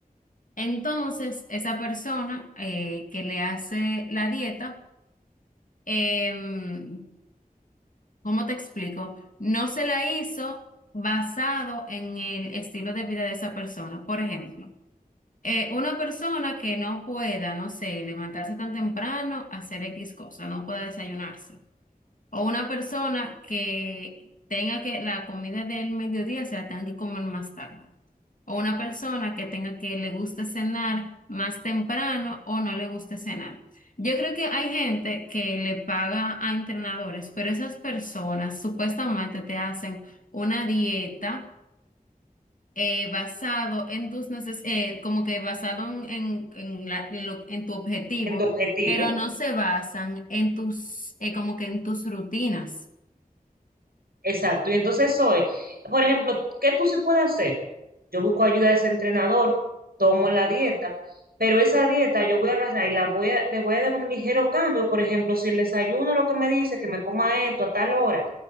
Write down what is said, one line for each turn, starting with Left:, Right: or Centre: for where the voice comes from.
Left: Entonces, esa persona eh, que le hace la dieta, em, ¿cómo te explico? No se la hizo basado en el estilo de vida de esa persona. Por ejemplo, eh, una persona que no pueda, no sé, levantarse tan temprano, hacer X cosa, no pueda desayunarse. O una persona que tenga que la comida del mediodía se la tenga que comer más tarde. O una persona que tenga que le guste cenar más temprano o no le guste cenar. Yo creo que hay gente que le paga a entrenadores, pero esas personas supuestamente te hacen una dieta eh, basado en tus neces eh, como que basado en, en, en la- en lo- en tu objetivo,
Right: en tu objetivo.
Left: pero no se basan en tus, eh, como que en tus rutinas.
Right: Exacto, y entonces eso es, por ejemplo, ¿qué tú sí puedes hacer? Yo busco ayuda de ese entrenador, tomo la dieta, pero esa dieta yo voy a agarrar y la voy a, le voy a dar un ligero cambio, por ejemplo, si el desayuno lo que me dice que me coma esto a tal hora,